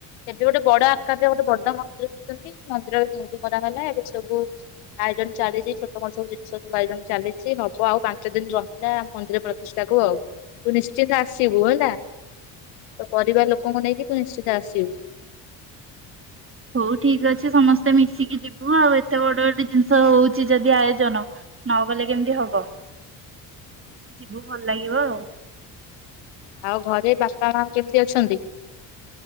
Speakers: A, on the left (about 80°); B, on the right (about 25°).
A: ଏବେ ଗୋଟେ ବଡ ଆକାରରେ ଗୋଟେ ବଡ଼ ମନ୍ଦିର ହଉଛନ୍ତି ମନ୍ଦିରରେ ମୁଣ୍ଡି ମରାଗଲା ଏବେ ସବୁ ଆୟୋଜନ ଚାଲିଛି ଛୋଟ ମୋଟ ସବୁ ଜିନିଷ ସବୁ ଆୟୋଜନ ଚାଲିଛି ହବ ଆଉ ପାଞ୍ଚ ଦିନ ରହିଲା ଆମ ମନ୍ଦିର ପ୍ର ଷ୍ଟାକୁୁ ଆଉ ତୁ ନିଶ୍ଚିନ୍ତ ଆସିବୁ ହେଲା। ତୋ ପରିବାର ଲୋକଙ୍କୁ ନେଇକି ତୁ ନିଶ୍ଚିନ୍ତ ଆସିବୁ।
B: ହଉ ଠିକ ଅଛି ସମସ୍ତେ ମିଶିକି ଯିବୁ ଆଉ ଏତେ ବଡ ଗୋଟେ ଜିନିଷ ହଉଛି ଯଦି ଆୟୋଜନ ନ ଗଲେ କେମିତି ହବ ଯିବୁ ଭଲ ଲାଗିବ ଆଉ।
A: ଆଉ ଘରେ ବାପା ମା କେମିତି ଅଛନ୍ତି?